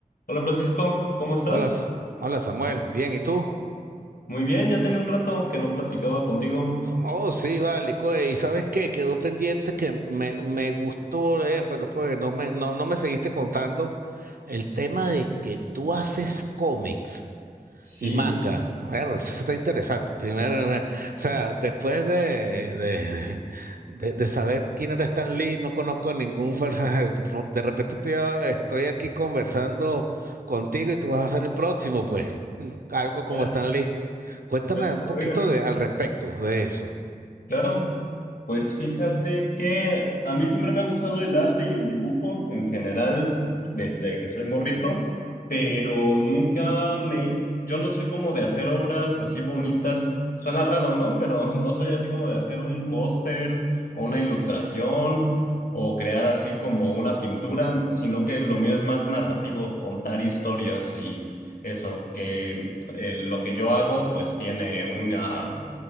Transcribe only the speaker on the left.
Hola Francisco, ¿cómo estás?
Muy bien, ya tenía un rato que no platicaba contigo.
Sí,
ya,
ya se-
oiga.
Claro, pues fíjate que a mí siempre me ha gustado el arte y el dibujo en general desde que soy morrito, pero nunca me... Yo no soy como de hacer obras así bonitas. Suena raro, ¿no? Pero <laughs> no soy así como de hacer un póster o una ilustración o crear así como una pintura, sino que lo mío es más narrativo, contar historias y eso, que eh, lo que yo hago pues tiene una